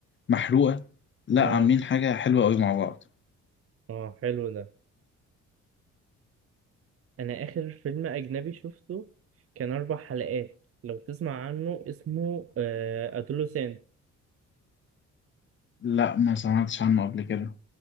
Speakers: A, on the left; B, on the right.
A: محروقة لا
B: آه
A: عاملين حاجة حلوة قوي مع بعض
B: آه حلو ده انا اخر فيلم اجنبي شفته كان اربع حلقات لو تسمع عنه اسمه ادولوسنت
A: لا ما سمعتش عنه قبل كده